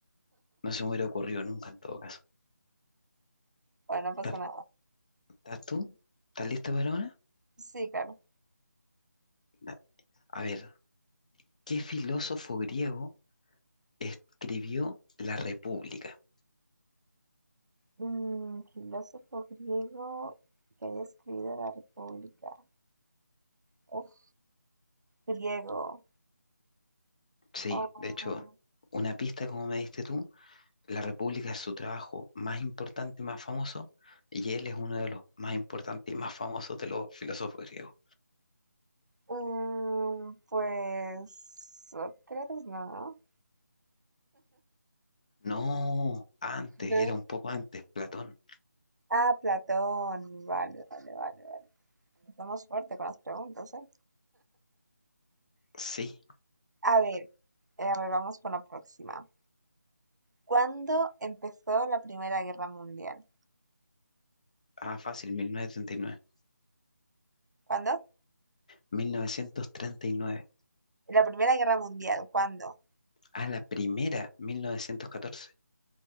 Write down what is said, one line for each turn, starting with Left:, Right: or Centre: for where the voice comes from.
Left: No se me hubiera ocurrido nunca en todo caso.
Right: bueno, no pasa
Left: ¿Estás
Right: nada.
Left: estás tú? ¿Estás lista para una?
Right: Sí, claro.
Left: Da- A ver, ¿qué filósofo griego escribió La República?
Right: Mm, filósofo griego que haya escrito la República. Uf, griego.
Left: Sí,
Right: Ah,
Left: de hecho, una pista como me diste tú, La República es su trabajo más importante, más famoso, y él es uno de los más importantes y más famosos de los filósofos griegos.
Right: mm, pues Sócrates, no, ¿no?
Left: No, antes,
Right: No.
Left: era un poco antes, Platón.
Right: Ah, Platón. Vale, vale, vale, vale. Estamos fuerte con las preguntas, ¿eh?
Left: Sí,
Right: A ver, eh, a ver, vamos con la próxima. ¿Cuándo empezó la Primera Guerra Mundial?
Left: ah, fácil, 1939.
Right: ¿Cuándo?
Left: 1939.
Right: La Primera Guerra Mundial, ¿cuándo?
Left: Ah, la primera, 1914.